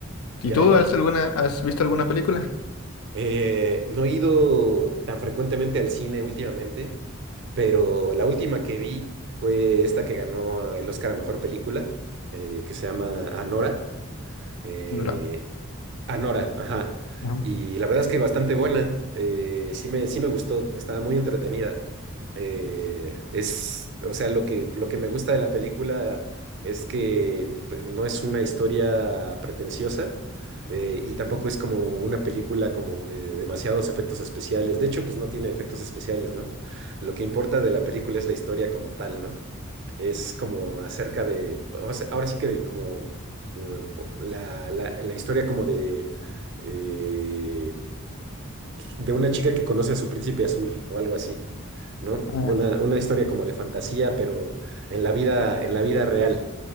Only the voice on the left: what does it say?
¿Y
tú
has alguna, has visto alguna película?
No, no.
Ajá.
Ah,